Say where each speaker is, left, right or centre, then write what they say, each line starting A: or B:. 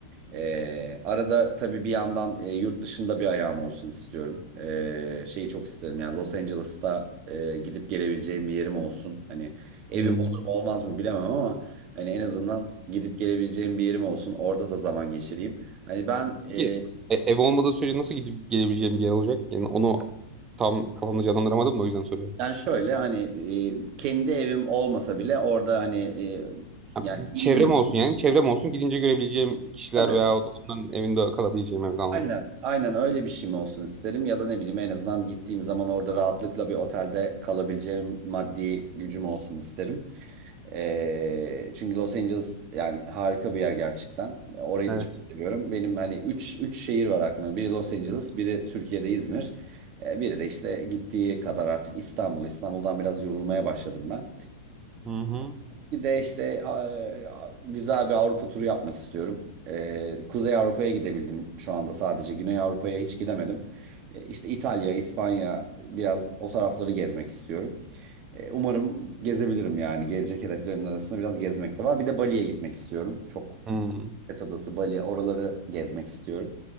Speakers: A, on the right; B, on the right.
A: Ee, arada tabii bir yandan e, yurt dışında bir ayağım olsun istiyorum. Ee, şeyi çok isterim yani Los Angeles'ta e, gidip gelebileceğim bir yerim olsun. Hani evim
B: Hmm.
A: olur mu olmaz mı bilemem ama hani en azından gidip gelebileceğim bir yerim olsun. Orada da zaman geçireyim. Hani ben
B: Peki
A: e,
B: e- ev olmadığı sürece nasıl gidip gelebileceğim bir yer olacak? Yani onu tam kafamda canlandıramadım da o yüzden soruyorum.
A: ben şöyle hani e, kendi evim olmasa bile orada hani e,
B: Ha,
A: yani iyi
B: çevrem
A: bir
B: olsun yani çevrem olsun gidince görebileceğim kişiler
A: tabii
B: veyahut onların evinde kalabileceğim evet anladım.
A: Aynen, aynen öyle bir şey mi olsun isterim ya da ne bileyim en azından gittiğim zaman orada rahatlıkla bir otelde kalabileceğim maddi gücüm olsun isterim. Ee, çünkü Los Angeles yani harika bir yer gerçekten. Orayı
B: Evet.
A: da çok seviyorum. Benim hani üç üç şehir var aklımda. Biri Los Angeles, biri Türkiye'de İzmir. Ee, biri de işte gittiği kadar artık İstanbul. İstanbul'dan biraz yorulmaya başladım ben.
B: Hı hı.
A: Bir de işte a- güzel bir Avrupa turu yapmak istiyorum. Ee, Kuzey Avrupa'ya gidebildim şu anda sadece. Güney Avrupa'ya hiç gidemedim. Ee, işte İtalya, İspanya biraz o tarafları gezmek istiyorum. Ee, umarım gezebilirim yani. Gelecek hedeflerimin arasında biraz gezmek de var. Bir de Bali'ye gitmek istiyorum. Çok
B: Hmm.
A: Phuket Adası, Bali oraları gezmek istiyorum.